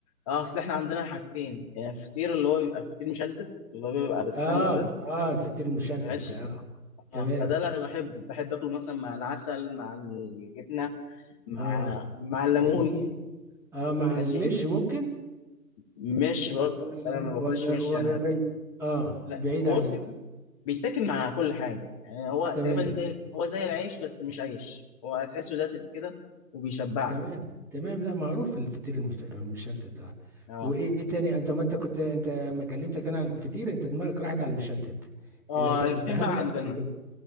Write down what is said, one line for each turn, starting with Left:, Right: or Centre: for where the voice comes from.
Left: اه اصل احنا عندنا حاجتين يعني فطير اللي هو بيبقى فطير مشلتت اللي هو بيبقى بالسمنه
Centre: اه
Left: ده
Centre: اه الفطير المشلتت
Left: ماشي
Centre: ده آه. تمام
Left: اه فده اللي انا بحبه بحب اكله مثلا مع العسل مع الجبنه مع
Centre: اه
Left: مع الليمون
Centre: جميل اه مع
Left: ماشي
Centre: المش ممكن
Left: مش برضه
Centre: ولا
Left: بس انا ما باكلش
Centre: ولا
Left: مشي
Centre: ولا
Left: انا
Centre: بعيد اه
Left: لا
Centre: بعيد
Left: هو
Centre: عنك
Left: اسمي بيتاكل مع كل حاجه يعني هو
Centre: تمام
Left: تقريبا زي هو زي العيش بس مش عيش هو هتحسه دسم كده وبيشبعك
Centre: تمام تمام لا معروف الفطير المش- المشلتت اه
Left: اه
Centre: وايه تاني انت ما انت كنت انت لما كلمتك انا على الفطير انت دماغك راحت على المشلتت
Left: اه
Centre: لكن
Left: الفطير
Centre: فهمت
Left: بقى عندنا
Centre: لكن